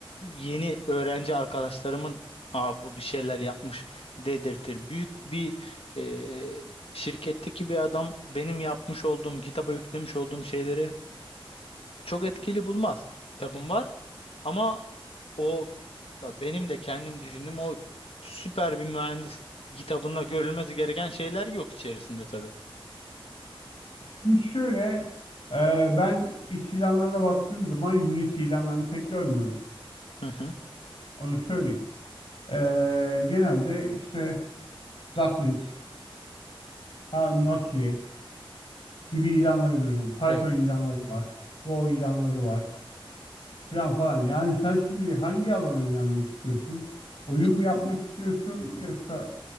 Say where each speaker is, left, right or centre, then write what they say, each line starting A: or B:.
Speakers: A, on the left (about 80°); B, on the left (about 65°).
A: yeni öğrenci arkadaşlarımın Aa, bu bir şeyler yapmış dedirtir. Büyük bir e, şirketteki bir adam benim yapmış olduğum kitaba yüklemiş olduğum şeyleri çok etkili bulmaz. Kitabım var ama o e, benim de kendim düşündüğüm o süper bir mühendis kitabında görülmesi gereken şeyler yok içerisinde tabii.
B: Şimdi şöyle e, ben iş ilanlarına baktığım zaman Unity ilanlarını pek görmüyorum.
A: Hı hı.
B: Onu söyleyeyim. Ee, genelde işte .nokta .NET, ha, Node.js gibi ilanları görüyorum. Python
A: Evet.
B: ilanları var. Go ilanları var. Falan falan. Yani sen şimdi hangi alana yönelmek istiyorsun? Oyun
A: İ-
B: mu yapmak istiyorsun yoksa